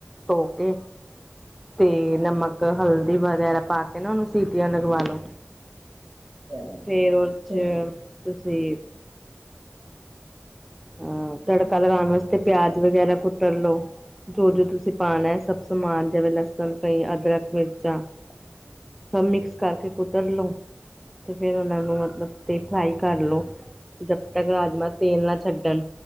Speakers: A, in the centre; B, on the right (about 55°).
A: ਧੋ ਕੇ। ਤੇ ਨਮਕ ਹਲਦੀ ਵਗੈਰਾ ਪਾ ਕੇ ਨਾ ਉਹਨੂੰ ਸੀਟੀਆਂ ਲਗਵਾ ਲੋ।
B: ਹਾਂਜੀ।
A: ਫੇਰ ਉਹ ਚ
B: ਤੇ
A: ਤੁਸੀਂ ਅ
B: ਮਸਾਲੇ
A: ਤੜਕਾ ਲਗਾਣ
B: ਵਗੈਰਾ
A: ਵਾਸਤੇ
B: ਪਾਣੇ
A: ਪਿਆਜ ਵਗੈਰਾ ਕੁੱਟਣ ਲਓ। ਜੋ ਜੋ ਤੁਸੀਂ ਪਾਣਾ ਐ ਸਭ ਸਮਾਨ ਜਿਵੇਂ ਲਸਣ ਕਈ ਅਦਰਕ, ਮਿਰਚਾਂ ਸਭ ਮਿਕਸ ਕਰਕੇ ਕੁਤਰ ਲਓ। ਤੇ ਫਿਰ ਉਹਨਾਂ ਨੂੰ ਮਤਲਬ ਤੇ ਫਰਾਈ ਕਰ ਲਓ ਜਦ ਤੱਕ ਰਾਜਮਹ ਤੇਲ ਨਾ ਛੱਡਣ